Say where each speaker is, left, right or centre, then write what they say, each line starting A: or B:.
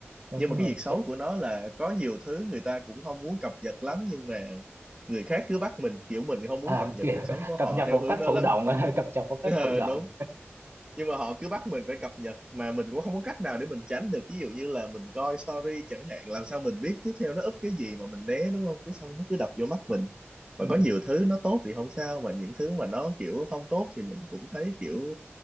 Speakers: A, on the right; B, on the right.
A: đúng
B: nhưng mà cái
A: rồi
B: việc xấu
A: chắc
B: của nó là có nhiều thứ người ta cũng không muốn cập nhật lắm nhưng mà người khác cứ bắt mình kiểu mình không muốn
A: à,
B: cập nhật
A: kiểu
B: cuộc
A: <laughs>
B: sống của họ
A: cập nhật
B: theo
A: một
B: hướng
A: cách
B: đó
A: thụ
B: lắm
A: động <laughs> cập nhật
B: <laughs>
A: một cách
B: Ờ,
A: thụ động
B: đúng nhưng mà họ cứ bắt mình phải cập nhật mà mình cũng không có cách nào để mình tránh được ví dụ như là mình coi story chẳng hạn làm sao mình biết tiếp theo nó up cái gì mà mình né đúng không chứ xong nó cứ đập vô mắt mình và
A: Ừm,
B: có nhiều thứ nó tốt thì không sao mà những thứ mà nó kiểu không tốt thì mình cũng thấy kiểu